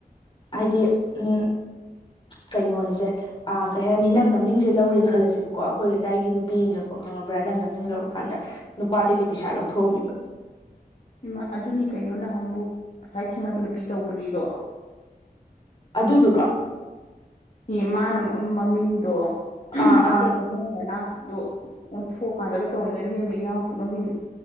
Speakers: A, on the left; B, on the left.
A: ꯎꯝ
B: ꯍꯥꯏꯗꯤ ꯎꯝ ꯀꯩꯅꯣꯅꯤꯁꯦ ꯑꯥ ꯀꯩ ꯍꯥꯏꯅꯤ ꯅꯪ ꯅꯃꯤꯡꯁꯦ ꯂꯧꯔꯦꯅ ꯈꯜꯂꯁꯦꯕ ꯀꯣ ꯑꯩꯈꯣꯏ ꯂꯩꯀꯥꯏꯒꯤ ꯅꯨꯄꯤ ꯑꯝꯅꯀꯣ ꯈꯪꯉꯕ꯭ꯔꯥ ꯅꯪ ꯅꯃꯤꯡ
A: ꯎꯝ
B: ꯂꯧꯔꯀꯥꯟꯗ
A: ꯎꯝ
B: ꯅꯨꯄꯥꯗꯒꯤ ꯄꯩꯁꯥ ꯂꯧꯊꯣꯛꯑꯝꯃꯤꯕ
A: ꯏꯃꯥ ꯑꯗꯨꯅꯤ ꯀꯩꯅꯣ ꯅꯍꯥꯟꯃꯨꯛ ꯉꯁꯥꯏ ꯊꯦꯡꯅꯕ ꯅꯨꯄꯤ ꯇꯧꯒ꯭ꯔꯤꯗꯣ
B: ꯑꯗꯨꯗꯨꯔꯣ
A: ꯑꯦ ꯃꯥꯅ ꯃ ꯃꯃꯤꯡꯗꯣ <unintelligible>
B: ꯑꯥ
A: ꯑꯇꯣꯞꯄ
B: ꯑꯥ
A: ꯃꯣꯏ ꯃꯅꯥꯛꯀꯤꯗ‌ꯣ ꯑꯣꯟꯊꯣꯛꯑꯀꯥꯟꯗꯒ ꯇꯧꯔꯝꯗꯅ ꯏꯕꯦꯝꯃ ꯏꯔꯥꯡ ꯊꯣꯛꯅꯒꯤꯕ